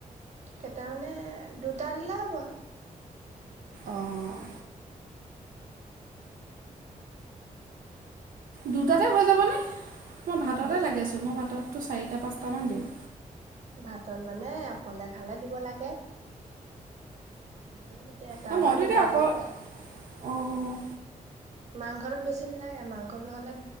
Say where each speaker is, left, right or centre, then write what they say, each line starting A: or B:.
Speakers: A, on the right; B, on the right.
A: কেইটামানে দুটা দিলে হ'ব।
B: অঁ', দুটাতে হৈ যাবনে? মই ভাততে
A: হৈ যাব
B: লাগিছোঁ মই ভাতত। টো চাৰিটা পাঁচটামান দিওঁ।
A: ভাতত মানে অকলে খালে দিব লাগে। এ', এটা
B: ন মইতো
A: বা দুটা
B: এতিয়া অকল
A: দিলে হল,
B: অঁ
A: মাংসত বেছি নালাগে মাংসটো নহ'লে